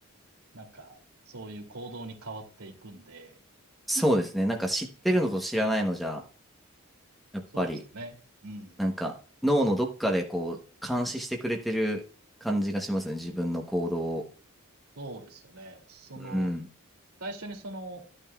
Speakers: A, on the right; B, in the centre.
A: なんか、そういう行動に変わっていくんで、
B: そうですね。なんか知ってるのと知らないのじゃ、
A: そうですね。
B: やっぱり、
A: そうですよね。うん。
B: なんか脳のどっかでこう、監視してくれてる感じがしますね、自分の行動を。
A: そうですよね。その、
B: うん。
A: 最初にその